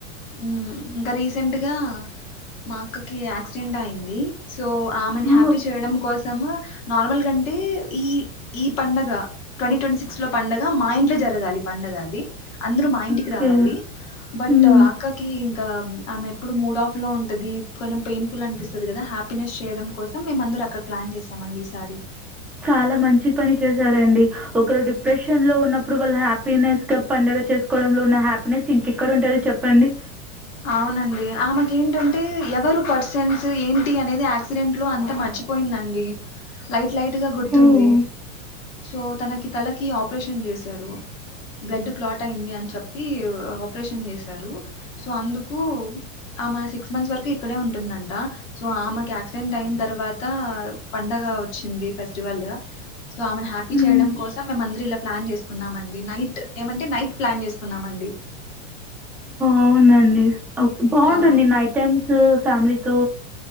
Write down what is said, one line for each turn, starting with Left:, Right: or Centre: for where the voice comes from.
Left: హు ఇంకా రీసెంట్గా మా అక్కకి యాక్సిడెంట్ అయింది. సో ఆమెను
Centre: ఆ!
Left: హ్యాపీ చేయడం కోసం. నార్మల్గా అంటే ఈ ఈ పండగ ట్వంటీ ట్వంటీ సిక్స్ లో పండగ మా ఇంట్లో జరగాలి పండగ అది. అందరూ మా ఇంటికి
Centre: ఓకే.
Left: రావాలి బట్
Centre: హ్మ్.
Left: సో ఆక్కకి ఇ క ఆమె ఎప్పుడు మూడ్ ఆఫ్ లో ఉంటది. కొంచెం పెయిన్ఫుల్ అనిపిస్తుంది కదా, హ్యాపీనెస్ చేయడం కోసం మేము అందరు అక్కడ ప్లాన్ చేసామండి ఈసారి.
Centre: చాలా మంచి పని చేసారండి. ఒకరు డిప్రెషన్ లో ఉన్నప్పుడు వాళ్ళ హ్యాపీనెస్ గా పండుగ చేసుకోవడంలో ఉన్న హ్యాపీనెస్ ఇంకెక్కడ ఉంటుందో చెప్పండి.
Left: అవునండి ఆమెకు ఏంటంటే ఎవరు పర్సన్స్ ఏంటి అనేది యాక్సిడెంట్ లో అంత మర్చిపోయిందండి. లై లైట్ గా గుర్తుంది.
Centre: హ్మ్.
Left: సో తనకి తలకి ఆపరేషన్ చేశారు. బ్లడ్ క్లాట్ అయింది అని చెప్పి ఆపరేషన్ చేశారు. సో అందుకు ఆమె సిక్స్ మంత్స్ వరకు ఇక్కడే ఉంటుందంట. సో ఆమెకు యాక్సిడెంట్ అయిన తర్వాత పండగ వచ్చింది ఫెస్టివల్ సో ఆమెను హ్యాపీ
Centre: హ్మ్.
Left: చేయడం కోసం మంత్రిల ప్లాన్ చేసుకున్నామండి నైట్ ఏమంటే నైట్ ప్లాన్ చేసుకున్నామండి.
Centre: అవునండి ఓ బాగుంటుంది
Left: ఆ
Centre: నైట్ టైమ్స్ ఫ్యామిలీతో